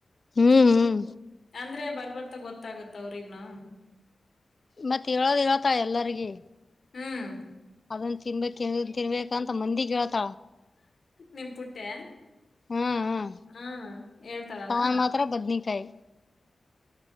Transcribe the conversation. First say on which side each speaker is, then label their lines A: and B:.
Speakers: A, on the left; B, on the left.
A: ಹ್ಮ್ ಹ್ಮ್
B: ಅಂದ್ರೆ ಬರ್ಬರ್ತ ಗೊತ್ತಾಗತ್ತ ಅವ್ರಿಗ್ನೂ.
A: ಮತ್ತೆ ಹೇಳದ್ ಹೇಳತಾ ಎಲ್ಲರಿಗಿ.
B: ಹ್ಮ್
A: ಅದನ್ ತಿನ್ಬೇಕ್ ಇದನ್ ತಿನ್ಬೇಕಂತ ಮಂದಿಗ್ ಹೇಳ್ತಾಳ.
B: ನಿಮ್ ಪುಟ್ಟ್ಯಾ.
A: ಹ್ಮ್ ಹ್ಮ್
B: ಹಾ ಹೇಳ್ತಾಳನ.
A: ತಾನ್ ಮಾತ್ರ ಬದ್ನಿಕಾಯಿ